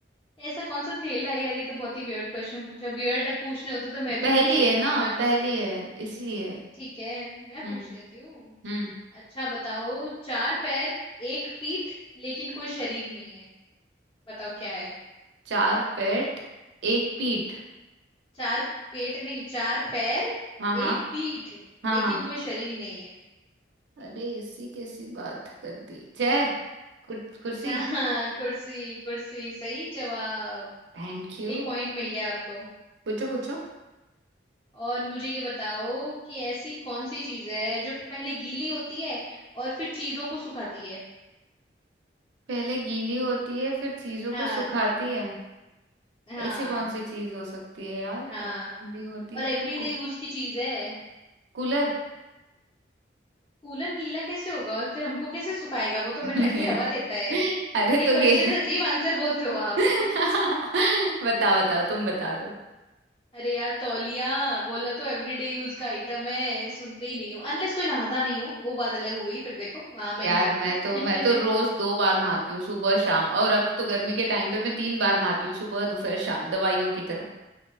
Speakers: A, on the left (about 30°); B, on the right (about 80°).
A: ऐसा कौन सा थैला है यार ये तो बहुत ही वियर्ड क्वेश्चन पूछा वियर्ड पूछने होते तो मैं भी
B: पहली
A: पूछ लेती
B: है ना
A: चलो मैं पूछती
B: पहली
A: हूँ
B: है इसलिए
A: ठीक है मैं
B: हम्म
A: पूछ लेती हूँ
B: हम्म
A: अच्छा बताओ चार पैर एक पीठ लेकिन कोई शरीर नहीं है बताओ क्या है
B: चार पेट एक पीठ
A: चार पेट नहीं चार पैर
B: हाँ हाँ
A: एक पीठ
B: हाँ
A: लेकिन
B: हाँ
A: कोई शरीर नहीं है
B: अरे ऐसी कैसी बात कर दी चेयर कुर- कुर्सी
A: अच्छा हाँ कुर्सी कुर्सी सही जवाब
B: Thank you
A: एक पॉइंट मिल गया आपको
B: पूछो पूछो
A: और मुझे ये बताओ कि ऐसी कौन सी चीज है जो पहले गीली होती है और फिर चीजों को सुखाती है
B: पहले गीली होती है फिर चीजों
A: हाँ
B: को सुखाती है
A: हाँ
B: ऐसी कौन सी चीज हो सकती है यार
A: हाँ
B: पहले गीली होती
A: और
B: है
A: एवरीडे
B: कू-
A: यूज की चीज है
B: कूलर
A: कूलर गीला कैसे होगा और फिर हमको कैसे सुखाएगा वो तो
B: <laughs>
A: हमें ठंडी हवा देता है
B: अरे
A: ये
B: तो
A: क्वेश्चन
B: ये
A: अजीब आंसर बोलते हो आप
B: <laughs> बताओ बताओ तुम बता दो
A: अरे यार तौलिया बोला तो एवरीडे यूज का आइटम है सुनते ही नहीं हो अनलेस कोई नहाता नहीं हो वो बात अलग हो गई फिर देखो वहां मैं
B: यार
A: नहीं जाऊंगी
B: मैं तो
A: <laughs>
B: मैं तो रोज दो बार नहाती हूँ सुबह शाम और अब तो गर्मी के टाइम पे मैं तीन बार नहाती हूँ सुबह दोपहर शाम दवाइयों की तरह